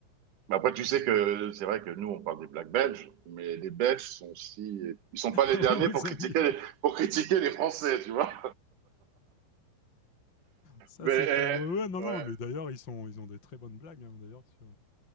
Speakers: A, on the right; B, on the left.
A: Mais après, tu sais que c'est vrai que nous, on parle des Blacks belges, mais les Belges sont aussi. Ils sont pas les
B: Ah
A: derniers
B: oui, ils nous
A: pour critiquer
B: aiment bien.
A: les, pour critiquer les Français, tu vois.
B: Ça,
A: Mais
B: c'est
A: euh,
B: clair. Ouais, ouais, non, non,
A: ouais,
B: mais d'ailleurs, ils sont, ils ont des très bonnes blagues, hein, d'ailleurs, sur...